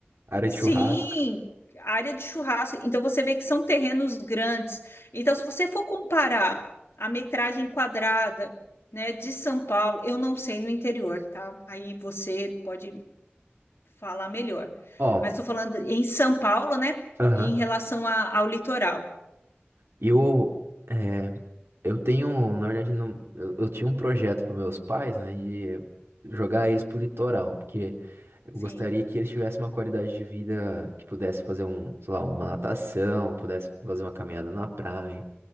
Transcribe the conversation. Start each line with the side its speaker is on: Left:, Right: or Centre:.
Right: Área de
Left: Sim,
Right: churrasco.
Left: área de churrasco. Então você vê que são terrenos grandes. Então, se você for comparar a metragem quadrada, né, de São Paulo, eu não sei no interior, tá? Aí você pode falar melhor.
Right: Ó,
Left: Mas estou falando em São Paulo, né,
Right: aham.
Left: em relação a- ao litoral.
Right: E Eu, é, eu tenho, na verdade, não, eu, eu tinha um projeto para meus pais, né, de jogar eles pro litoral, porque eu
Left: Sim,
Right: gostaria que eles tivessem uma qualidade de vida que pudesse fazer um, sei lá, uma natação, pudesse fazer uma caminhada na praia.